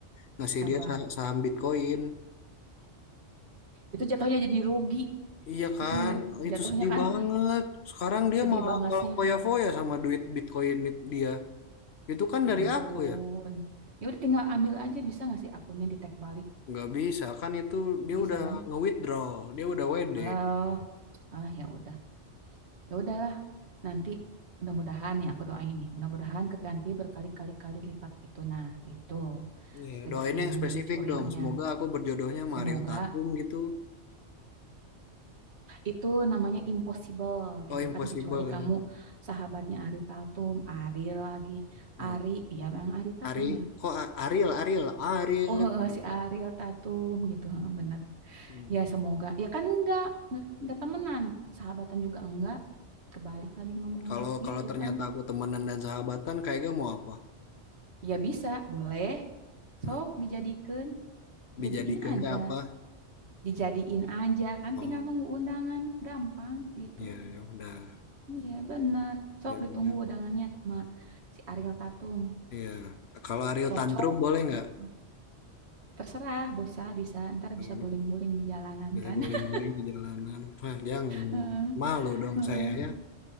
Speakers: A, on the left (about 65°); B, on the right (about 65°).
A: ngasih
B: apa
A: dia sa- saham Bitcoin.
B: itu jatuhnya jadi rugi
A: Iya kan,
B: itu
A: itu
B: jatuhnya
A: sedih
B: kan
A: banget. Sekarang dia
B: sedih
A: malah
B: bangasnya
A: malah foya-foya sama duit Bitcoin it- dia. Itu kan
B: ya
A: dari
B: ampun
A: aku ya.
B: ya udah tinggal ambil aja bisa nggak sih akunnya di tag balik
A: Nggak bisa kan itu dia
B: bisa
A: udah
B: kan
A: nge-withdraw, dia udah WD.
B: eh ah ya udah ya udahlah nanti mudah-mudahan ya aku doain nih mudah-mudahan keganti berkali-kali kali lipat gitu nah gitu
A: Ya,
B: rezeki
A: doain
B: yang
A: yang spesifik
B: dicurinya.
A: dong. Semoga aku berjodohnya
B: Semoga
A: Mario Tatum gitu.
B: itu namanya impossible
A: Oh,
B: gitu
A: impossible
B: kan kecuali
A: ya.
B: kamu sahabatnya Ari Tatum, Ari lagi,
A: Hmm.
B: Ari ya memang Ari Tatum
A: Ari,
B: ya.
A: kok A- Ariel, Ariel, Ariel.
B: Oh <laughs> si Ariel Tatum gitu bener.
A: Hmm.
B: Ya semoga ya kan enggak enggak, enggak temenan, sahabatan juga enggak. Kebalik lagi ngomongnya
A: Kalau
B: gitu
A: kalau ternyata
B: kan.
A: aku temenan dan sahabatan, kayaknya mau apa?
B: Ya bisa, boleh.
A: Nah,
B: Sok dijadikan,
A: dijadikan
B: jadiin aja.
A: apa?
B: Dijadiin aja kan
A: Oh,
B: tinggal nunggu undangan, gampang gitu.
A: ya ya udah.
B: Iya, bener. Sok
A: Ya udah.
B: ditunggu undangannya sama si Ariel Tatum.
A: Iya, kalau Ariel
B: Cocok
A: tantrum boleh nggak?
B: gitu. Terserah, bisa, bisa. Ntar
A: Hmm,
B: bisa guling-guling di jalanan
A: Bisa
B: kan.
A: guling-guling
B: <laughs>
A: di jalanan. Wah, jangan dong.
B: Heeh,
A: Malu dong
B: heeh.
A: saya ya